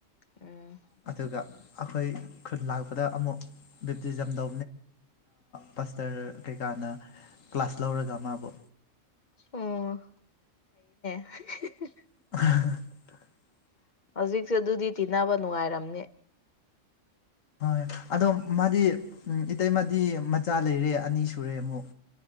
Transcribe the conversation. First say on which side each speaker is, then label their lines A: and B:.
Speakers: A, on the left; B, on the left.
A: ꯎꯝ
B: ꯑꯗꯨꯒ ꯑꯩꯈꯣꯏ ꯈꯨꯟ ꯂꯥꯛꯄꯗ ꯑꯃꯨꯛ ꯕꯦꯞꯇꯤꯖꯝꯗ ꯄꯁꯇꯔ ꯀꯩꯀꯥꯅ ꯀ ꯀ꯭ꯂꯥꯁꯥꯁ ꯂꯔ ꯃꯕ
A: ꯎꯝ <inaudible>
B: <inaudible>
A: ꯍꯧꯖꯤꯛꯁꯦ ꯑꯗꯨꯗꯤ ꯇꯤꯟꯅꯕ ꯅꯨꯡꯉꯥꯏꯔꯝꯅꯤ
B: ꯍꯣꯏ ꯑꯗꯣ ꯃꯥꯗꯤ ꯏꯇꯩꯃꯗꯤ ꯃꯆꯥ ꯂꯩꯔꯦ ꯑꯅꯤ ꯁꯨꯔꯦ ꯑꯃꯨꯛ